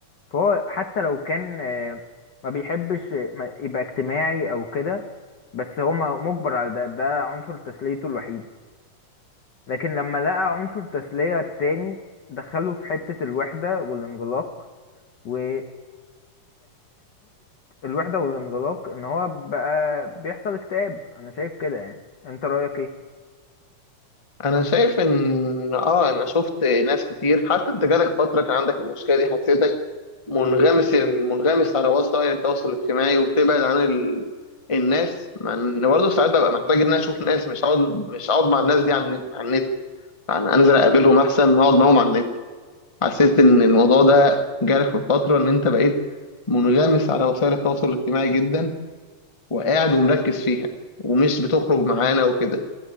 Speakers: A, on the left (about 60°); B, on the left (about 20°).
A: فهو حتى لو كان آه، ما بيحبش آه، ما- يبقى اجتماعي أو كده بس هو م- مجبر على ده ده عنصر تسليته الوحيد لكن لما لقى عنصر تسلية التاني دخله في حتة الوحدة والانغلاق ونتيجة الوحدة والانغلاق ان هو بقى بيحصل اكتئاب انا شايف كده يعني انت رأيك ايه؟
B: انا شايف ان اه انا شفت ناس كتير حتى انت جالك فتره كان عندك المشكله دي حسيتك منغمس منغمس على وسائل التواصل الاجتماعي وبتبعد عن ال... الناس مع ان برضه ساعات ببقى محتاج ان انا اشوف ناس مش هقعد مش هقعد مع الناس دي على النت على النت يعني انزل اقابلهم احسن ما اقعد معاهم على النت حسيت
A: م-
B: ان الموضوع ده جالك في فتره ان انت بقيت منغمس على وسائل التواصل الاجتماعي جدا وقاعد ومركز فيها ومش بتخرج معانا وكده